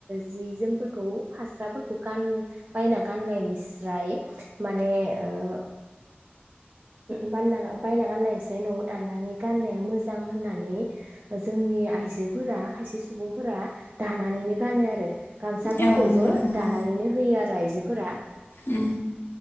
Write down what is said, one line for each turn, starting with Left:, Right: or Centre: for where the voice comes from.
Right: जि जोमफोरखौ फास्राफोरखौ गान बायना गाननायनिस्राय माने ओ बायना गाननायनिस्राय न'वाव दाननानै गाननाया मोजां होननानै जोंनि आइजो फोर खायसे सुबुंफोरा दानानैनो गानो आरो गामसाफोरखौबो
Left: औ नोंथां नंगौ
Right: दानानैनो होयो आरो आइजो फोरा
Left: उम